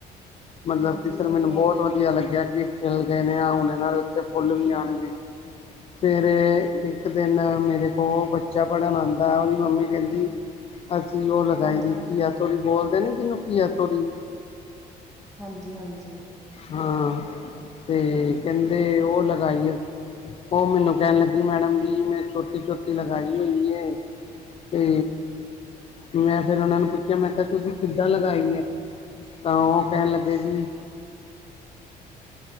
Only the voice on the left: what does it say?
ਮਤਲਬ
ਕਿ ਫਿਰ
ਮੈਨੂੰ
ਬਹੁਤ। ਹੁ ਵਧੀਆ ਲੱਗਿਆ ਕਿ ਖਿਲ ਗਏ ਨੇ ਆ ਹੁਣ ਇਹਨਾਂ ਦੇ ਉੱਤੇ ਫੁੱਲ ਵੀ ਆਉਣਗੇ ਫਿਰ ਇਹ। ਇੱਕ ਦਿਨ ਮੇਰੇ ਕੋਲ ਬੱਚਾ ਪੜ੍ਹਨ ਆਉਂਦਾ ਹੈ ਉਹਦੀ ਮੰਮੀ ਕਹਿੰਦੀ। ਅਸੀਂ ਉਹ ਲਗਾਈ
ਸੀ
ਘੀਆ ਤੋਰੀ ਬੋਲਦੇ ਨੇ ਜਿਹਨੂੰ ਘੀਆ ਤੋਰੀ।
ਹਾਂ ਤੇ ਕਹਿੰਦੇ ਉਹ ਲਗਾਈ ਆ ਉਹ ਮੈਨੂੰ ਕਹਿਣ ਲੱਗੇ ਗੀ ਮੈਂ ਛੋਟੀ ਛੋਟੀ ਲਗਾਈ ਹੋਈ ਹੈ ਤੇ ਮੈਂ ਫਿਰ ਉਹਨਾਂ ਨੂੰ ਪੁੱਛਿਆ ਮੈਂ ਕਿਹਾ ਤੁਸੀਂ ਕਿੱਦਾਂ ਲਗਾਈ ਹੈ ਤਾਂ ਉਹ ਕਹਿਣ ਲੱਗੇ ਜੀ